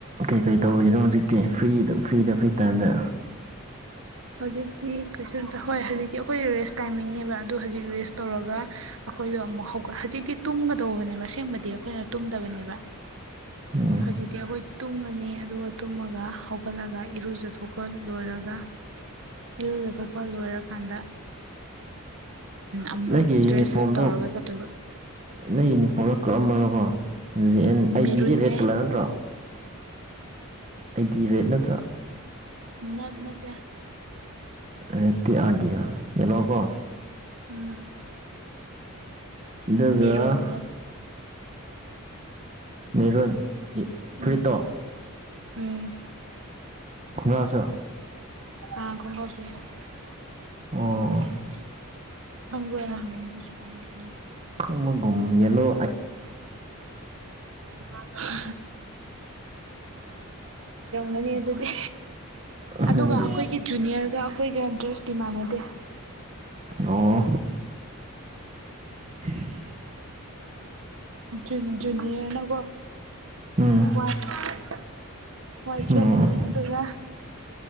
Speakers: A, on the right; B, on the right.
A: ꯀꯩꯀꯩ ꯇꯧꯔꯤꯅꯣ ꯍꯧꯖꯤꯛ ꯑꯣ ꯀꯦ ꯐ꯭ꯔꯤꯗ ꯐ꯭ꯔꯤꯗ ꯐ꯭ꯔꯤ ꯇꯥꯏꯝꯗ
B: ꯍꯧꯖꯤꯛꯇꯤ ꯀꯩꯁꯨꯇ ꯍꯣꯏ ꯍꯧꯖꯤꯛꯇꯤ ꯑꯩꯈꯣꯏ ꯔꯦꯁ ꯇꯥꯏꯃꯤꯡꯅꯦꯕ ꯑꯗꯨ ꯍꯧꯖꯤꯛ ꯔꯦꯁ ꯇꯧꯔꯒ ꯑꯩꯈꯣꯏꯗꯣ ꯑꯃꯨꯛ ꯍꯧꯒꯠ ꯍꯧꯖꯤꯛꯇꯤ ꯇꯨꯝꯒꯗꯧꯕꯅꯦꯕ ꯑꯁꯦꯡꯕꯗꯤ ꯑꯩꯈꯣꯏꯅ ꯇꯨꯝꯗꯕꯅꯦꯕ
A: ꯎꯝ
B: ꯍꯥꯏꯖꯤꯛꯇꯤ ꯑꯈꯣꯏ ꯇꯨꯝꯒꯅꯤ ꯑꯗꯨꯒ ꯇꯨꯝꯃꯒ ꯍꯧꯒꯠꯂꯒ ꯏꯔꯨꯖꯊꯣꯛꯄ ꯂꯣꯏꯔꯒ ꯏꯔꯣꯏꯕ ꯊꯣꯛꯄ ꯂꯣꯏꯔꯀꯥꯟꯗ ꯑꯃꯨꯛ
A: ꯅꯪꯒꯤ ꯌꯨꯅꯤꯐꯣꯔꯝꯗꯣ
B: ꯗ꯭ꯔꯦꯁ ꯑꯞ ꯇꯧꯔꯒ ꯆꯠꯇꯣꯏꯕ
A: ꯅꯪ ꯌꯨꯅꯤꯐꯣꯔꯝꯗꯣ ꯀꯛꯑꯝꯃꯔꯀꯣ <inaudible> ꯖꯦ ꯑꯦꯟ ꯑꯩ
B: ꯃꯦꯔꯨꯟꯅꯦ
A: ꯗꯤꯗꯤ ꯔꯦꯗ ꯀꯂꯔ ꯅꯠꯇ꯭ꯔꯣ ꯑꯩꯗꯤ ꯔꯦꯠ ꯅꯠꯇ꯭ꯔꯥ
B: ꯅꯠ ꯅ ꯅꯇ꯭ꯌꯥ
A: ꯔꯦꯇꯤ ꯑꯥꯔ ꯗꯤ ꯑꯥꯔ ꯌꯦꯜꯂꯣ ꯀꯣ
B: ꯎꯝ
A: ꯑꯗꯨꯒ
B: ꯃꯦꯔꯨꯟꯗꯣ
A: ꯃꯦꯔꯨꯟ ꯐ꯭ꯔꯤꯠ
B: ꯎꯝ
A: ꯇꯣ
B: ꯎꯝ
A: ꯀꯅꯥꯁꯨꯣ
B: ꯑ ꯀꯝꯕꯣꯁ <unintelligible>
A: ꯑꯣ
B: ꯈꯔ ꯍ ꯀ
A: ꯈꯒꯨꯝ ꯌꯦꯂꯣ
B: <inaudible> ꯍ <unintelligible> ꯒꯅꯤ ꯑꯗꯨꯗꯤ
A: ꯎꯝ
B: ꯑꯗꯨꯒ ꯑꯩꯈꯣꯏꯒꯤ ꯖꯨꯅꯤꯌꯔꯒ ꯑꯩꯈꯣꯏꯒ ꯗ꯭ꯔꯦꯁꯇꯤ ꯃꯥꯟꯅꯗꯦ
A: ꯑꯣ <inaudible>
B: ꯖꯨ ꯖꯨꯅꯤꯌꯔꯅ
A: ꯎꯝ
B: ꯀꯣ <unintelligible> ꯍꯣꯏ ꯁꯦꯠꯂꯅꯤ
A: ꯑꯣ
B: ꯑꯗꯨꯒ